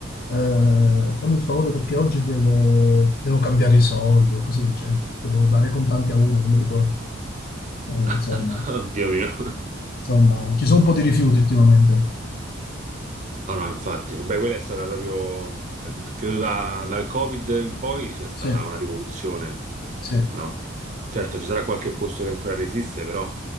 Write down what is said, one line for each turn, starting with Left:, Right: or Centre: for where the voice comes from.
Left: Eh, fammi il favore perché oggi devo, devo cambiare i soldi o cose del genere. Devo dare i contanti a uno, non mi ricordo. Eh,
Right: <laughs>
Left: insomma,
Right: Dio mio.
Left: insomma, ci sono un po' di rifiuti ultimamente.
Right: No, no, infatti, vabbè, quella è stata proprio, eh, credo da- dal Covid in poi sia stata
Left: Sì,
Right: una rivoluzione,
Left: sì.
Right: no? Certo, ci sarà qualche posto che ancora resiste, però